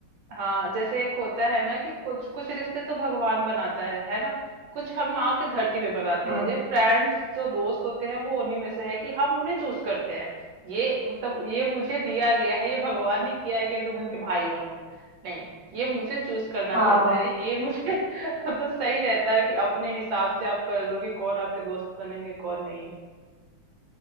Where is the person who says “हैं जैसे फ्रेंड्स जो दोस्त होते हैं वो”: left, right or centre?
Right